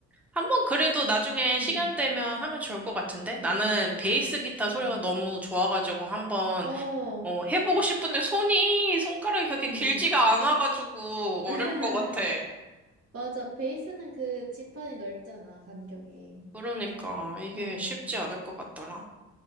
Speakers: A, in the centre; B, on the right.
A: 한번 그래도 나중에
B: 음,
A: 시간 되면 하면 좋을 것 같은데?
B: 음,
A: 나는 베이스 기타
B: 음.
A: 소리가 너무 좋아가지고 한번
B: 어,
A: 어, 해보고 싶은데 손이, 손가락이 그렇게
B: 음.
A: 길지가 않아가지고
B: <laughs>
A: 어려울 것 같아.
B: 맞아. 베이스는 그 지판이 넓잖아, 간격이.
A: 그러니까 이게
B: 어.
A: 쉽지 않을 것 같더라.